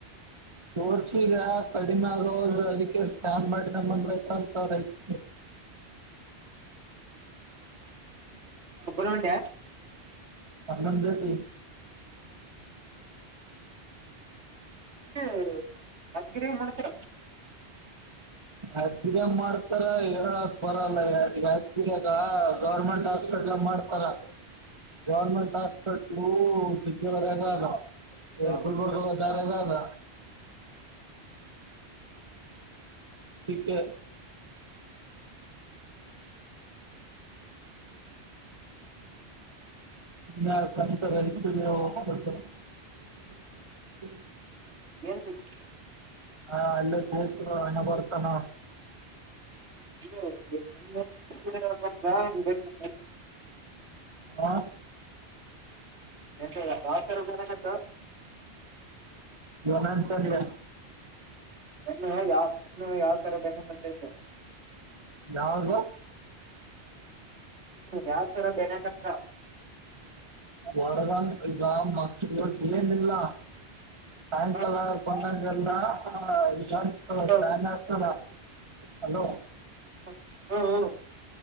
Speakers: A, on the right (about 25°); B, on the right (about 90°).
A: ತೋರ್ಸಿಗ ಕಡಿಮೆ ಆಗೋವಲ್ದು ಅದಿಕ್ಕೆ ಸ್ಕ್ಯಾನ್ ಮಾಡ್ಸ್ಕಂಬಂದ್ರೆ ಆಯಿತು ಅಂತ ರೈಟ್
B: <inaudible> ಒಬ್ಬನೇ ಹೊಂಟ್ಯಾ
A: ಅಣ್ಣನ್ ಜೊತಿ
B: ಕ್ಕೆ ಯದ್ಗಿರಿ ಮಾಡ್ತರ.
A: ಅತ್ತಿಗೆ ಮಾಡ್ತಾರ ಹೇಳ ಬರಲ್ಲ ಯಾರಿಗ್ ಅತ್ತಿಗೆಗ ಗೌರ್ಮೆಂಟ್ ಹಾಸ್ಪಿಟಲ್ ಆಗ್ ಮಾಡ್ತಾರ. ಗೌರ್ಮೆಂಟ್ ಹಾಸ್ಪಿಟ್ಲು ಬಿಕ್ಕಿ ವರೆಗಾದ. ಏ
B: ಹಾ
A: ಗುಲ್ಬರ್ಗಾದ ದಾರಿಯಾಗ್ ಅದ. ಟಿಕ್ ಹೇ <unintelligible> <inaudible>
B: ಎನ್ <unintelligible>
A: ಹಾ ಅಲ್ಲೆ ಜೆಸ್ರು ಅಣ್ಣ ಬರ್ತಾನ.
B: ಇದು <unintelligible> ಬೆನ್ನು
A: ಆ
B: ಎಂತಿಲ್ಲ <unintelligible>
A: ಯೋ ನೆಂಟಲ್ಲೇ
B: ಬೆನ್ನು ಯಾವ್ ಯಾವ್ ತರ ಬೆನ್ನ ಬಂತೈತೆ
A: ಯಾವ್ದು
B: ಹ್ಮ್ ಯಾವ ತರ ಬೇನೆ ಆಗತ್ತ
A: ವಡಗನ್ ಇಗ ಮ ಇವತ್ತ್ ಏನಿಲ್ಲ. ಸಾಯಂಕಾಲ
B: ಹ್ಮ್
A: ಬಂದಂಗೆಲ್ಲ ಆ ಈಗ ಸೊ
B: ಹ್ಮ್
A: ಬ್ಯಾನೇ ಆಗ್ತದ ಹಲೋ
B: ಹ್ಮ್ ಹ್ಮ್